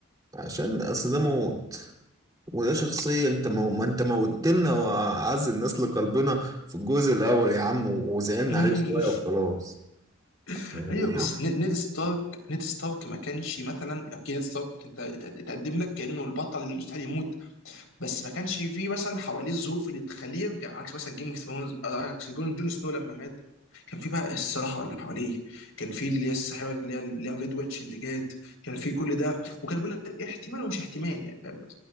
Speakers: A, on the right (about 20°); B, on the left (about 70°).
A: عشان اصل ده موت وده شخصيه انت مو... ما انت موتت لنا واعز الناس لقلبنا في الجزء الاول يا عم وزعلنا
B: مم.
A: عليه شويه وخلاص
B: <laughs>
A: يعني
B: ايوه
A: ايوه
B: بس ن- نيد ستارك نيد ستارك ما كانش مثلا اوكي نيد ستارك انت ات- اتقدم لك كأنه البطل اللي مستحيل يموت بس ما كانش فيه مثلا حواليه الظروف اللي تخليه يرجع عكس مثلا جيم اوف ثرونز عكس جون جون سنو لما مات كان في بقى الصحراء اللي حواليه كان في اللي هي الساحره اللي هي اللي هي ريد ويتش اللي جات كان في كل ده وكان بيقول لك احتمال ومش احتمال يعني فاهم